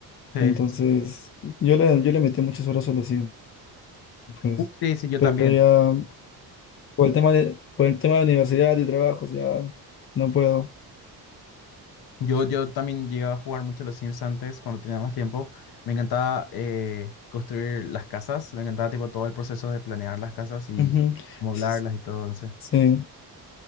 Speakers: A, on the left; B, on the left.
A: Sí,
B: Entonces,
A: sí, sí,
B: yo le, yo le metí muchas horas solo así, pues.
A: Uh, sí, sí, yo
B: Pero
A: también.
B: ya, por el tema de, por el tema de universidad y trabajos, ya no puedo.
A: Yo, yo también llegaba a jugar mucho los Sims antes, cuando tenía más tiempo. Me encantaba eh, construir las casas, me encantaba tipo todo el proceso de planear las casas y
B: Ujú.
A: moblarlas
B: S-
A: y todo, no sé.
B: Sí.